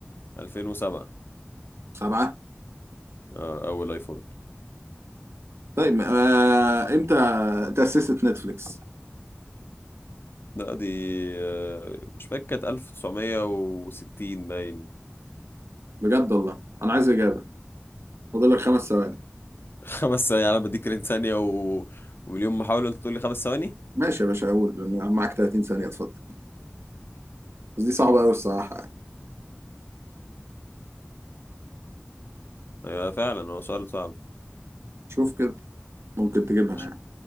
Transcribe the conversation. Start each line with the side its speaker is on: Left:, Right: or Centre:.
Left: 2007
Right: سبعة
Left: آه... اول ايفون
Right: طيب آه امتى تأسست نتفليكس
Left: لا دي آه، مش فاكر كانت 1960 باين
Right: بجد والله انا عايز اجابة فاضل لك خمس ثواني
Left: خمس ثواني يعني أنا بديك 30 ثانية و... ومليون محاولة أنت تقول لي خمس ثواني
Right: ماشي يا باشا اقول معاك 30 ثانية اتفضل بس دي صعبة قوي الصراحة يعني
Left: أيوة فعلا هو سؤال صعب
Right: شوف كده ممكن تجيبها
Left: عش...
Right: يعني